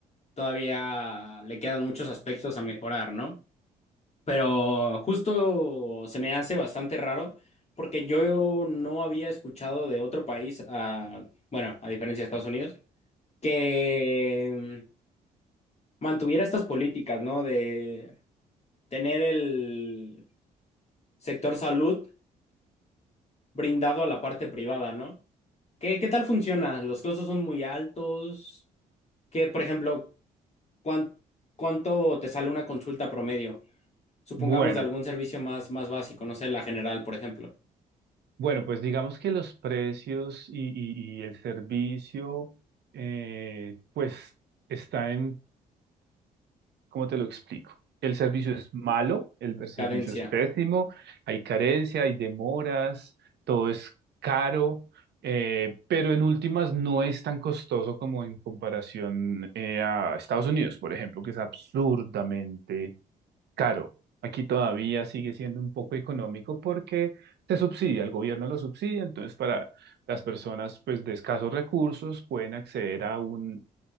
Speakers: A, on the left; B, on the right.
A: todavía le quedan muchos aspectos a mejorar, ¿no? Pero justo se me hace bastante raro porque yo no había escuchado de otro país, a, bueno, a diferencia de Estados Unidos, que mm, mantuviera estas políticas, ¿no? De tener el sector salud brindado a la parte privada, ¿no? ¿Qué, qué tal funciona? ¿Los costos son muy altos? ¿Qué, por ejemplo, cuán- cuánto te sale una consulta promedio? Supongamos
B: Bueno,
A: de algún servicio más, más básico, no sé, la general, por ejemplo.
B: Bueno, pues digamos que los precios y, y- y el servicio, eh, pues está en, ¿cómo te lo explico? El servicio es malo, el, el servicio
A: Cadencia.
B: es pésimo, hay carencia, hay demoras, todo es caro, eh, pero en últimas no es tan costoso como en comparación eh, a Estados Unidos, por ejemplo, que es absurdamente caro. Aquí todavía sigue siendo un poco económico porque se subsidia, el gobierno lo subsidia, entonces para las personas pues de escasos recursos pueden acceder a un,